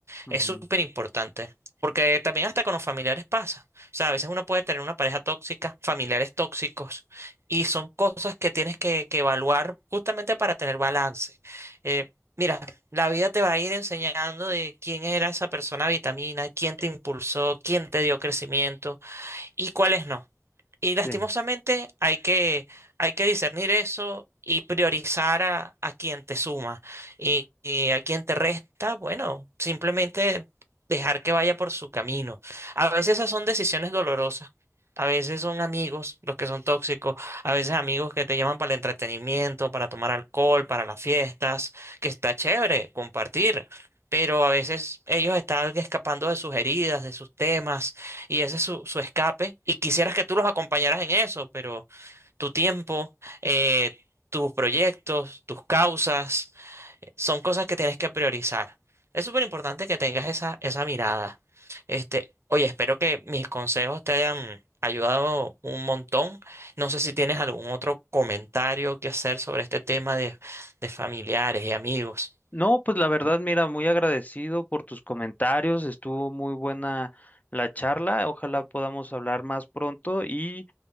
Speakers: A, on the left; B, on the right.
A: Ujú,
B: Es súper importante, porque también hasta con los familiares pasa. O sea, a veces uno puede tener una pareja tóxica, familiares tóxicos, y son cosas que tienes que, que evaluar justamente para tener balance. Eh, mira, la vida te va a ir enseñando de quién era esa persona vitamina, quién te impulsó, quién te dio crecimiento y cuáles no. Y lastimosamente
A: sí.
B: hay que, hay que discernir eso y priorizar a, a quien te suma y, y a quien te resta, bueno, simplemente dejar que vaya por su camino. A veces esas son decisiones dolorosas, a veces son amigos los que son tóxicos, a veces amigos que te llaman para el entretenimiento, para tomar alcohol, para las fiestas, que está chévere compartir. Pero a veces ellos están escapando de sus heridas, de sus temas, y ese es su, su escape. Y quisieras que tú los acompañaras en eso, pero tu tiempo, eh, tus proyectos, tus causas, eh, son cosas que tienes que priorizar. Es súper importante que tengas esa, esa mirada. Este, oye, espero que mis consejos te hayan ayudado un montón. No sé si tienes algún otro comentario que hacer sobre este tema de, de familiares y amigos.
A: No, pues la verdad, mira, muy agradecido por tus comentarios, estuvo muy buena la charla, ojalá podamos hablar más pronto y